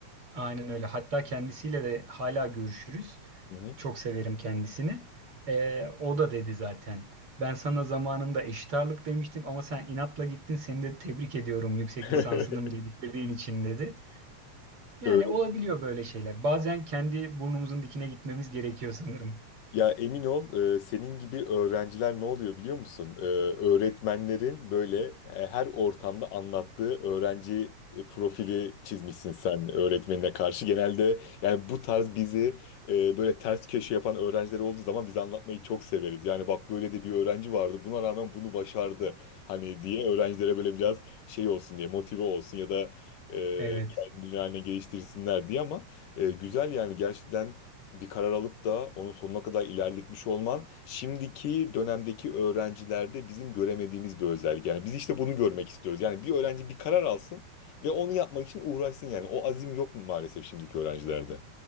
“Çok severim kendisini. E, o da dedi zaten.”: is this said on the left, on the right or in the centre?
Right